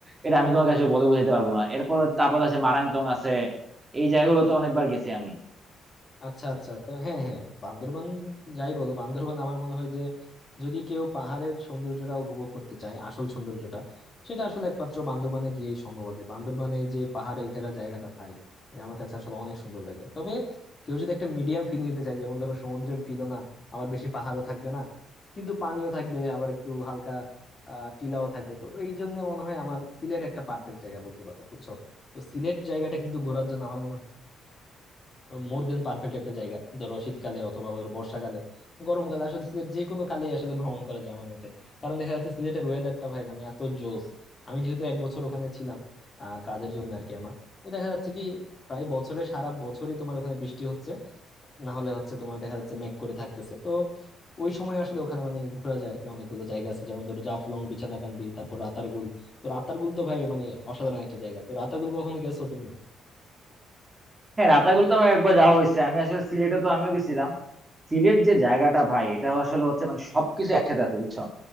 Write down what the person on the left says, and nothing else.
আচ্ছা আচ্ছা তো হ্যাঁ হ্যাঁ বান্দরবান যাই বলো বান্দরবান আমার মনে হয় যে যদি কেউ পাহাড়ের সৌন্দর্যটা উপভোগ করতে চায় আসল সৌন্দর্যটা সেটা আসলে একমাত্র বান্দরবানে গিয়েই সম্ভব আগে বান্দরবানে এই যে পাহাড়ে ঘেরা জায়গাটা ভাই মানে আমার কাছে আসলে অনেক সুন্দর লাগে তবে কেউ যদি একটা মিডিয়াম ফিল নিতে চায় যেমন ধরো সমুদ্রের ফিলও না আবার বেশি পাহাড়ও থাকবে না কিন্তু পানিও থাকবে আবার একটু হালকা আহ টিলাও থাকবে তো এই জন্য মনে হয় আমার সিলেট একটা পারফেক্ট জায়গা বলতে পারো বুঝছো তো সিলেট জায়গাটা কিন্তু ঘোরার জন্য আমার মোর দেন পারফেক্ট একটা জায়গা ধরো শীতকালে অথবা ধরো বর্ষাকালে গরমকালে আসলে সিলেট যে কোনো কালেই আসলে ভ্রমণ করা যায় আমার মতে কারণ দেখা যাচ্ছে সিলেটের ওয়েদারটা ভাই মানে এত জোস আমি যেহেতু এক বছর ওখানে ছিলাম আহ কাজের জন্য আর কি আমার তো দেখা যাচ্ছে কি প্রায় বছরে সারা বছরই তোমার ওখানে বৃষ্টি হচ্ছে না হলে হচ্ছে তোমার দেখা যাচ্ছে মেঘ করে থাকতেছে তো ওই সময় আসলে ওখানে মানে ঘোরা যায় আর কি অনেকগুলো জায়গা আছে যেমন ধরো জাফলং বিছানাকান্দি তারপর রাতারগুল তো রাতারগুল তো ভাই মানে অসাধারণ একটা জায়গা তো রাতারগুল কখনো গেছো তুমি